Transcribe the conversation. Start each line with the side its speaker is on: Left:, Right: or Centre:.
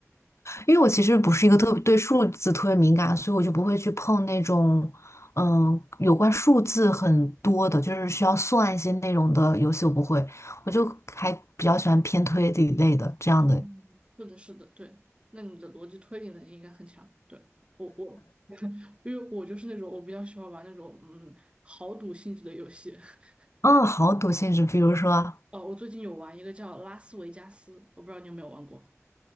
Left: 因为我其实不是一个特别对数字特别敏感，所以我就不会去碰那种，嗯，有关数字很多的，就是需要算一些内容的游戏，我不会，我就还比较喜欢偏推理类的这样的。
Right: 哦，是的，是的，对。那你的逻辑推理能力应该很强。对，我我，因为我就是那种我比较喜欢玩那种嗯豪赌性质的游戏。<laughs>
Left: 嗯，好赌性质，比如说，
Right: 哦，我最近有玩一个叫《拉斯维加斯》，我不知道你有没有玩过。